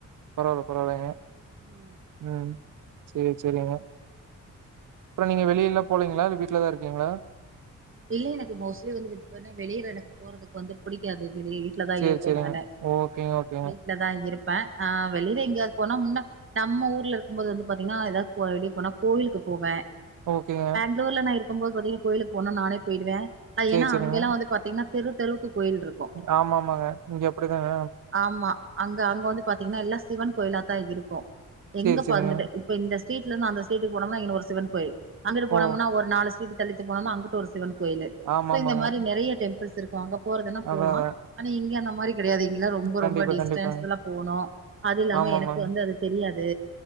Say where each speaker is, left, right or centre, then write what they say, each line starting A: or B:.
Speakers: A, on the right; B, on the right.
A: பரவால்ல பரவால்லங்க
B: ம்
A: ம் சேரி சேரிங்க அப்றோ நீங்க வெளிய எல்லா போலங்லா இல்ல வீட்ல தா இருக்கீங்ளா
B: இல்ல எனக்கு மோஸ்ட்லி வந்து வி வெளியில எனக்கு போறதுக்கு வந்து புடிக்காது வெளியே வீட்ல தா
A: சேரி,
B: இருப்பே
A: சேரிங்க.
B: நானு
A: ஓகேங்க, ஓகேங்க.
B: வீட்லதா இருப்பே ஆ வெளியில எங்கயாவ்து போனா முன்னா நம்ம ஊர்ல இருக்கும்போது வந்து பாத்தீங்கன்னா எதாவ்து போ வெளியே போனா கோயிலுக்கு போவே
A: ஓகேங்க
B: எங்க ஊர்ல நா இருக்கும் போது பாத்தீங்க கோயிலுக்கு போனா நானே போயிடுவே அது
A: சேரி
B: ஏனா
A: சேரிங்க
B: அங்கல்லா வந்து பாத்தீங்ன்னா தெரு தெருவுக்கு கோயில்ருக்கு
A: ஆமா ஆமாங்க இங்க அப்டிதாங்க
B: ஆமா அங்க அங்க வந்து பாத்தீங்ன்னா எல்லா சிவன் கோயிலாதா இருக்கூ எங்க
A: சேரி சேரிங்க
B: பாங்கட்டு இப்ப இந்த ஸ்ரீட்லருந்து அந்த ஸ்ரீரீட்க்கு போனம்னா இங்கன ஒரு சிவன் கோயில் அங்கட்டு போனம்னா
A: ஓ
B: ஒரு நாலு இங்கிட்டு தள்ளித்த போனம்னா அங்கிட்டு ஒரு சிவன் கோயிலு
A: ஆமா ஆமாங்க
B: இந்த ஸோ மாரி நறைய டெம்பிள்ஸ் இருக்கூ அங்க போறதுன்னா போவா
A: அதா அதா
B: ஆனா இங்க அந்த மாரி கெடையாது இங்கனா ரொம்ப
A: கண்டிப்பா
B: ரொம்ப டிஸ்டன்ஸ்
A: கண்டிப்பாங்க
B: எல்லா போணு அது இல்லாம
A: ஆமா
B: எனக்கு
A: ஆமாங்க
B: வந்து அது தெரியாது